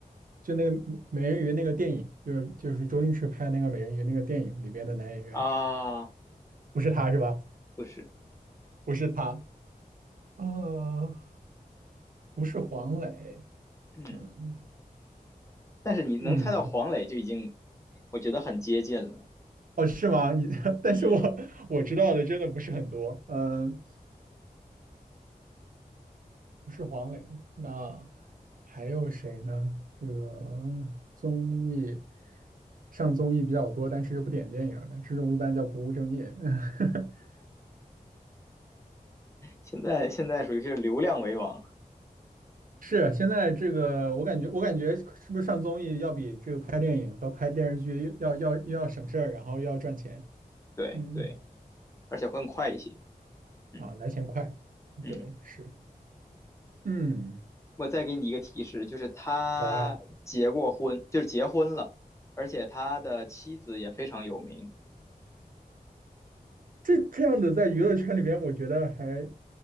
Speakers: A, on the right; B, on the left.
A: 就那个美人鱼那个电影，就是就是周星驰拍那个美人鱼那个电影里边的男演员，
B: 啊，
A: 不是他是吧？
B: 不是，
A: 不是他，啊，不是黄磊，
B: 嗯，
A: 嗯
B: 但是你能猜到黄磊就已经，
A: 嗯，
B: 我觉得很接近了，
A: 哦是吗？你 <laughs> 但是我我知道的真的不是很多，
B: 嗯，
A: 嗯、不是黄磊，那还有谁呢？这个综艺上综艺比较多，但是又不点电影的，这种一般叫不务正业。<laughs>
B: 现在现在属于是流量为王，
A: 是，现在这个我感觉，我感觉是不是上综艺要比这个拍电影和拍电视剧要要要省事儿，然后又要赚钱，
B: 对对，
A: 嗯
B: 而且会更快一些，嗯
A: 啊，来钱快，
B: 嗯。
A: 对，是，嗯，
B: 我再给你一个提示，就是他结过婚，
A: 好啊，
B: 就是结婚了，而且他的妻子也非常有名，
A: 这这样的在娱乐圈里边，我觉得还